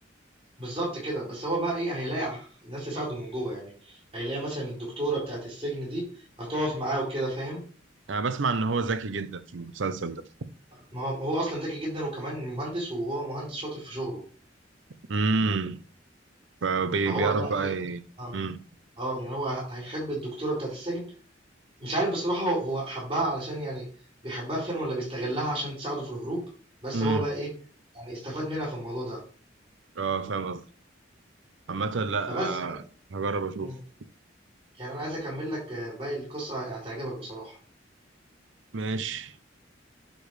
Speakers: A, on the right (about 30°); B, on the right (about 80°).
A: بالظبط كده بس هو بقى ايه هيلاقي ناس تساعده من جوه يعني هيلاقي مثلا الدكتورة بتاعة السجن دي هتقف معاه وكده فاهم
B: انا بسمع ان هو ذكي جدا في المسلسل ده
A: ما هو هو اصلا ذكي جدا وكمان مهندس وهو مهندس شاطر في شغله
B: امم فبيعرف
A: فهو بقى
B: بقى
A: ايه
B: ي...
A: اه
B: مم.
A: اه يعني هو هيحب الدكتورة بتاعة السجن مش عارف بصراحة هو هو حبها علشان يعني بيحبها فين ولا بيستغلها عشان تساعده في الهروب بس
B: مم.
A: هو بقى ايه يعني استفاد منها في الموضوع ده
B: اه فاهم قصدي عامة لا
A: فبس
B: آه
A: بقى
B: هجرب اشوف
A: مم. يعني انا عايز اكمل لك آه، باقي القصة هتعجبك بصراحة
B: ماشي